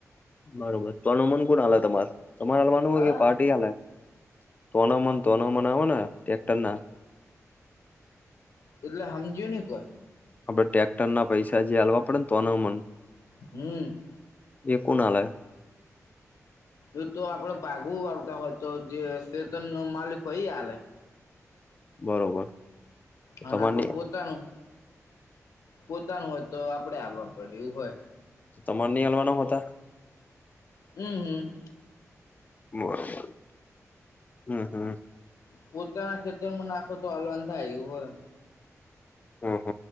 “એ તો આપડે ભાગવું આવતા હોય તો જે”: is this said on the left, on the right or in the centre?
Left